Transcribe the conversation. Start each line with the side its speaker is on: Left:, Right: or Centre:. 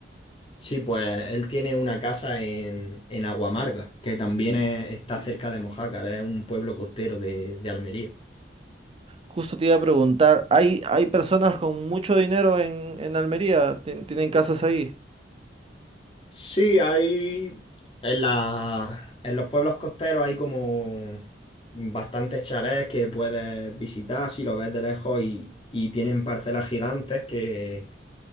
Left: Sí, pues él tiene una casa en, en Aguamarga, que también es- está cerca de Mojácar, es un pueblo costero de, de Almería.
Right: Justo te iba a preguntar, ¿hay, hay personas con mucho dinero en, en Almería? ¿Tien- ¿Tienen casas ahí?
Left: Sí, hay en la- en los pueblos costeros hay como bastantes chalets que puedes visitar si lo ves de lejos y, y tienen parcelas gigantes que